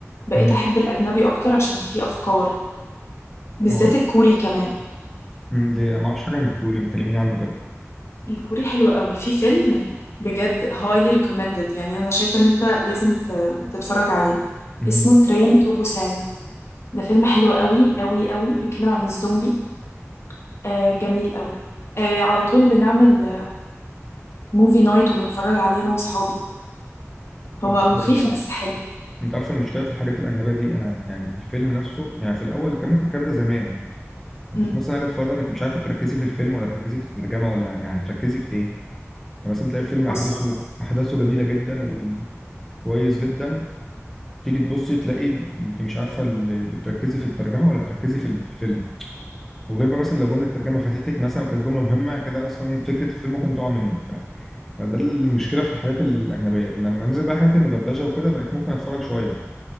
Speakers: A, on the left; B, in the centre.
A: بقيت
B: امم
A: احب الاجنبي اكتر عشان فيه افكار بالذات
B: هو
A: الكوري كمان
B: أمم، ليه ما اعرفش حاجه عن الكوري مكلمين عنه كده
A: الكوري حلو قوي في فيلم بجد highly recommended يعني انا شايفة ان انت لازم ت- تتفرج عليه
B: امم
A: اسمه Train to Busan ده فيلم حلو قوي قوي قوي بيتكلم عن الزومبي آه جميل قوي آه على طول بنعمل موفي نايت ونتفرج عليه انا واصحابي هو
B: طب حلو
A: مخيف
B: ده
A: بس حلو
B: انت عارف المشكله في الحاجات الاجنبيه دي انا يعني الفيلم نفسه يعني في الاول كان ممكن الكلام ده زمان يعني
A: مم.
B: كنت مثلا اجي اتفرج انت مش عارفه تركزي في الفيلم ولا تركزي في الترجمه ولا يعني هتركزي في ايه يعني مثلا تلاقي الفيلم
A: بص
B: احداثه احداثه جميله جدا وكويس جدا تيجي تبصي تلاقي انت مش عارفه ال- بتركزي في الترجمه ولا تركزي في الفيلم وغير بقى مثلا لو جمله الترجمه فاتتك مثلا وكانت جمله مهمه كده اصلا فكره الفيلم ممكن تقع منك ف... فده المشكله في الحاجات الاجنبيه لما نزل بقى حاجات المدبلجه وكده بقيت ممكن اتفرج شويه